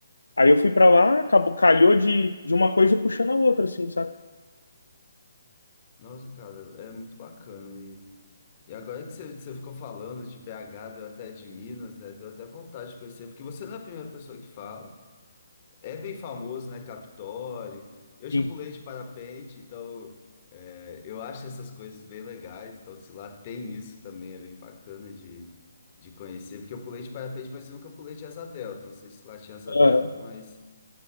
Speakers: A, on the left; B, on the left.
A: Aí eu fui pra lá, acabou, calhou de, de uma coisa puxando a outra, assim, sabe?
B: Nossa, cara, é muito bacana. E, e agora que você, você ficou falando de BH, deu até de Minas, né? Deu até vontade de conhecer, porque você não é a primeira pessoa que fala. É bem famoso, né? Capitólio. Eu já
A: Sim.
B: pulei de parapente, então é, eu acho essas coisas bem legais. Então, se lá tem isso também, é bem bacana de, de conhecer. Porque eu pulei de parapente, mas eu nunca pulei de asa delta. Não sei se lá tinha asa
A: Aham.
B: delta, mas,